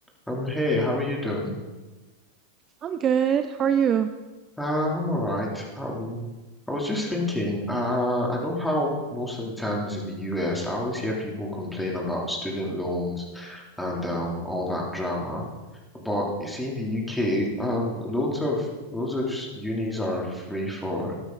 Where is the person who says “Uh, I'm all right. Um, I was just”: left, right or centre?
Centre